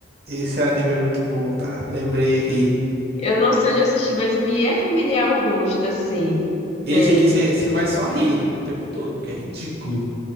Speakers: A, on the right; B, on the left.
A: esse anime é muito bom, tá? Lembrei aqui.
B: Eu não sei onde eu assisti, mas me é familiar o rosto assim deles.
A: Esse aqui você você vai só rir o tempo todo, porque é ridículo.